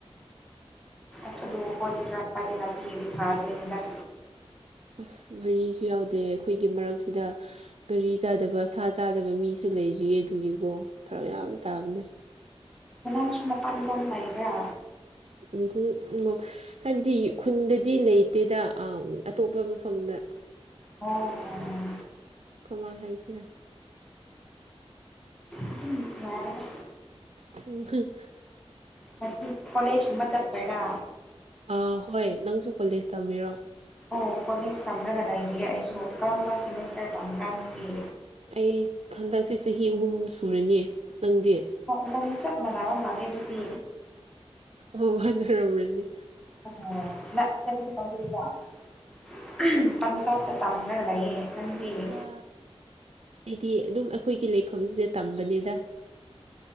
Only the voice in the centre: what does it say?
ꯑꯁ ꯑꯗꯨ ꯑꯩꯈꯣꯏꯗꯤ ꯈꯔꯗꯤ ꯍꯥꯞꯄꯤꯔꯗꯤ ꯐꯗꯣꯏꯅꯤꯗ
ꯃꯅꯝꯁꯨ ꯃꯄꯥꯟꯒꯣꯝ ꯂꯩꯕ꯭ꯔꯥ
ꯑꯣ
ꯑꯗꯨꯝ ꯌꯥꯔꯦꯗ
ꯉꯁꯤ ꯀꯣꯂꯦꯖꯀꯨꯝꯕ ꯆꯠꯄꯩꯔ
ꯑꯣ ꯀꯣꯂꯦꯖ ꯇꯝꯕ꯭ꯔꯒ ꯂꯩꯔꯤ ꯑꯩꯁꯨ ꯀꯔꯝꯕ ꯁꯦꯃꯦꯁꯇꯔ ꯇꯝꯕ꯭ꯔꯥ ꯅꯪꯒꯤ
ꯏꯕꯅꯤ ꯆꯞ ꯃꯅꯥꯕ ꯃꯥꯂ‌ꯦꯑꯗꯨꯗꯤ
<unintelligible> ꯄꯟꯖꯥꯕꯇ ꯇꯝꯔ ꯂꯩꯌꯦ ꯅꯪꯗꯤ